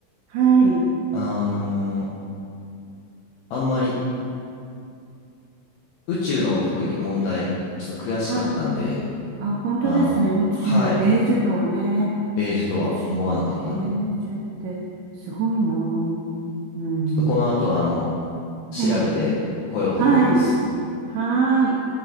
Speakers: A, on the right; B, on the left.
A: はい。
B: あのーあんまり宇宙の特に問題、ちょっと悔しかったんで、
A: はい。あ、本当ですね。
B: あの、
A: 宇宙、
B: はい、
A: ベージュとはね。
B: ベージュとは思わなかったんで、
A: 宇宙、ベージュってすごいな。うん。
B: ちょっとこの後、あの、調べてこようと思います。
A: ええ。はい。はい。